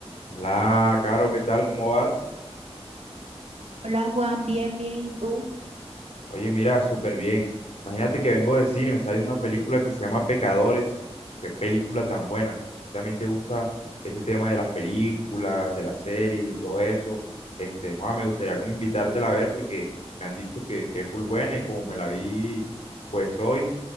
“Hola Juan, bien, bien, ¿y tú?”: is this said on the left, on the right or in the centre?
Right